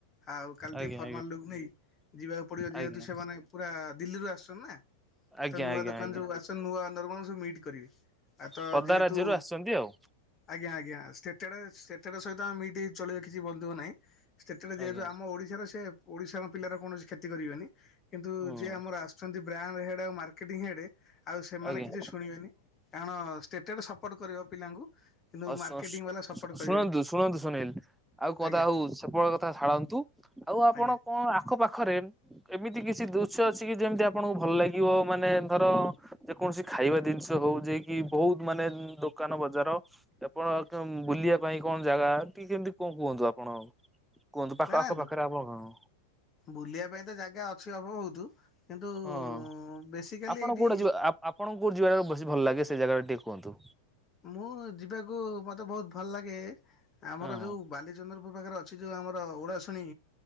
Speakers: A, on the left (about 25°); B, in the centre.
A: ଆଉ କାଲି
B: ଆଜ୍ଞା
A: ଟିକେ ଫର୍ମାଲ
B: ଆଜ୍ଞା
A: ଲୁକ ନେଇ ଯିବାକୁ ପଡିବ ଯେହେତୁ
B: ଆଜ୍ଞା
A: ସେମାନେ ପୁରା ଦିଲ୍ଲୀରୁୁ ଆସଛନ୍ତି ନା।
B: ଆଜ୍ଞା
A: ତ ନୂଆ
B: ଆଜ୍ଞା
A: ଦୋକାନ
B: ଆଜ୍ଞା
A: ଯୋଉ ଆସ ନୂଆ ନର୍ମା ସବୁ ମିଟ କରିବେ। ଆ ତ
B: ପଦା
A: ଯେହେତୁ
B: ରାଜ୍ୟରୁ ଆସିଛନ୍ତି ଆଉ।
A: ଆଜ୍ଞା ଆଜ୍ଞା ସ୍ଟେଟେଡ୍ ସ୍ଟେଟେଡ୍ ସହିତ ମିଟ ଚଳିବ କିଛି ମନ ଦୁଃଖ ନାହିଁ, ସେଟେଡ ଯେହେତୁ
B: ଆଜ୍ଞା
A: ଆମ ଓଡ଼ିଶାର ଟେ ଓଡିଶାଙ୍କ ପିଲାର କୌଣସି କ୍ଷତି କରିବେନି। କିନ୍ତୁ
B: ହୁଁ
A: ଯିଏ ଆମର ଆସୁଛନ୍ତି ବ୍ରାଡ ହେଡ ଆଉ ମାର୍କେଟିଙ୍ଗ ହେଡ ସେମାନେ
B: ଆଜ୍ଞା।
A: କିଛି ଶୁଣିବେନି କାରଣ ଷ୍ଟେଟରେ ସପୋର୍ଟ କରିବ ପିଲାଙ୍କୁ କିନ୍ତୁ
B: ହ
A: ମାର୍କେଟିଂ
B: ଶୁଣନ୍ତୁ
A: ବାଲା ସପୋର୍ଟ କରିବେନି
B: ଶୁଣନ୍ତୁ ସୁନୀଲ ଆଉ କଦା
A: ଆଜ୍ଞା
B: ଆଉ ସେପଟ କଥା ଛାଡ଼ନ୍ତୁ ଆଉ ଆପଣ
A: ଆଜ୍ଞା
B: କଣ ଆଖପାଖରେ ଏମିତି କିଛି ଦୃଶ୍ୟ ଅଛି କି ଯେମିତି ଆପଣଙ୍କୁ ଭଲ ଲାଗିବ ମାନେ ଧର ଯେକୌଣସି ଖାଇବା ଜିନିଷ ହଉ ଯ କି ବହୁତ ମାନେ ଦୋକାନ ବଜାର ଆପଣ ବୁଲିବା ପାଇଁ କଣ ଜାଗା ଟିକେ କେମିତି କଣ କୁହନ୍ତୁ ଆପଣ କୁହନ୍ତୁ ପାଖ
A: ନା
B: ଆଖ
A: ନା
B: ପାଖରେ ଆବ କଣ
A: ବୁଲିବା ପାଇଁ ତ ଜାଗା ଅଛି ଅଳ୍ପ ବହୁତ କିନ୍ତୁ
B: ହଁ
A: ବେସିକାଲି
B: ଆପଣ
A: ଏଇଠି
B: କୋଉଟା ଯିବା ଆପଣଙ୍କୁ ଯିବାଟା ବେଶୀ ଭଲ ଲାଗେ ସେ ଜାଗା ଟିକେ କୁହନ୍ତୁ
A: ମୁଁ ଯିବାକୁ ମତେ ବହୁତ ଭଲ ଲାଗେ ଆମର
B: ହଁ
A: ଯୋଉ ବାଲି ଚନ୍ଦ୍ରପୁର ପାଖରେ ଅଛି ଯେଉଁ ଆମର ଉଡ଼ା ଶୁଣି